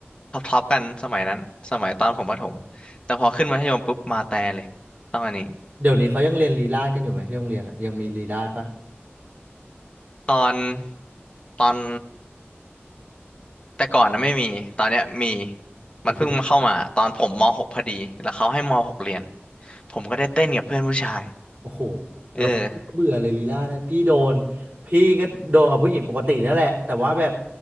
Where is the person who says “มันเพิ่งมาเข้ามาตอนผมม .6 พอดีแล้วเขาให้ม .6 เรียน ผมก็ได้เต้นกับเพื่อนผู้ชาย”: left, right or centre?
Left